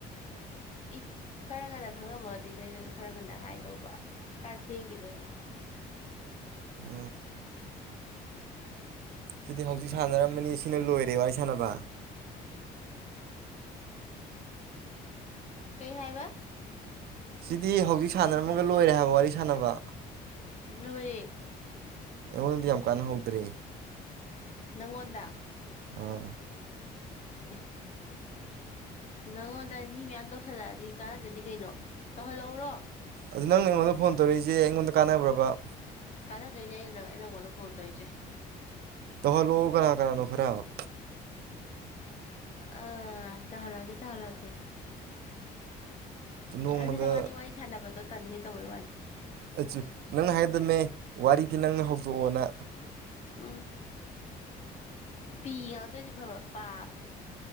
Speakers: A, on the left; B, on the right.
A: ꯏ ꯈꯔ ꯉꯟꯅ ꯈꯪꯉꯝꯃꯒꯗꯤ ꯅꯣꯏꯗꯨꯁꯨ ꯈꯔ ꯉꯟꯅ ꯍꯥꯏꯗꯧꯕ ꯈꯔ ꯊꯦꯡꯈꯤꯕꯩꯅꯤ
B: ꯎꯝ ꯁꯤꯗꯤ ꯍꯧꯖꯤꯛ ꯁꯥꯟꯅꯔꯝꯝꯕꯅꯤ ꯁꯤꯅ ꯂꯣꯏꯔꯦ ꯋꯥꯔꯤ ꯁꯥꯟꯅꯕ
A: ꯀꯩ ꯍꯥꯏꯕ
B: ꯁꯤꯗꯤ ꯍꯧꯖꯤꯛ ꯁꯥꯟꯅꯔꯝꯃꯒ ꯂꯣꯏꯔꯦ ꯍꯥꯏꯕ ꯋꯥꯔꯤ ꯁꯥꯟꯅꯕ
A: ꯂꯣꯏꯔꯦ
B: ꯑꯩꯉꯣꯟꯗꯤ ꯌꯥꯝ ꯀꯥꯟꯅ ꯍꯧꯗ꯭ꯔꯦ
A: ꯅꯪꯉꯣꯟꯗ
B: ꯑ
A: ꯑꯦ ꯅꯪꯉꯣꯟꯗ ꯃꯤ ꯃꯌꯥꯝ ꯇꯧꯁꯜꯂꯛꯑꯗꯤ ꯀꯥꯟꯔꯗꯣꯏꯗꯤ ꯀꯩꯅꯣ ꯇꯧꯍꯜꯂꯧꯔꯣ
B: ꯑꯗꯨꯗ ꯅꯪꯅ ꯑꯩꯉꯣꯟꯗ ꯐꯣꯟ ꯇꯧꯔꯛꯏꯁꯦ ꯑꯩꯉꯣꯟꯗ ꯀꯥꯟꯅꯕ꯭ꯔꯕ
A: ꯀꯥꯟꯅꯗꯣꯏꯅꯦ ꯑꯩꯅ ꯅ ꯅꯪꯉꯣꯟꯗ ꯀꯜ ꯇꯧꯔꯤꯁꯦ
B: ꯇ ꯍꯣꯂꯣ ꯀꯅꯥ ꯀꯅꯥ ꯅ ꯈꯔꯕ
A: ꯑ ꯆꯍ ꯂꯒꯦ ꯆꯍ ꯂꯒꯦ
B: ꯅꯣꯡꯃꯗ
A: ꯑ ꯅ ꯃꯥꯅꯤ ꯋꯥꯔꯤ ꯁꯅꯕꯗꯨ ꯇꯟꯅꯦ ꯇ ꯑꯣꯏ ꯋꯥꯅꯤ
B: ꯑꯨ ꯅꯪ ꯍꯥꯏꯗꯝꯃꯦ ꯋꯥꯔꯤꯗꯤ ꯅꯪꯅ ꯍꯧꯗꯣꯛꯑꯣꯅ
A: ꯑꯣꯥ ꯄꯤꯌꯥ ꯇ ꯐꯕ ꯄꯥ